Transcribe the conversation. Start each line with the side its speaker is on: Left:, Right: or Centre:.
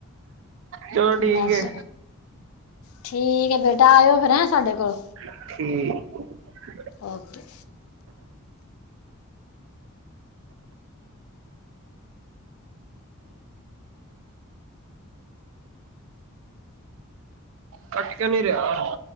Right: ਚਲੋ ਠੀਕ
Left: ਨਰਸ
Right: ਹੈ।
Left: ਠੀਕ ਹੈ ਬੇਟਾ, ਆਇਓ ਫਿਰ ਹੈ ਸਾਡੇ ਕੋਲ।
Right: ਠੀਕ
Left: ਓਕੇ।
Right: ਕਟ ਕਿਊ ਨਹੀਂ ਰਿਆ।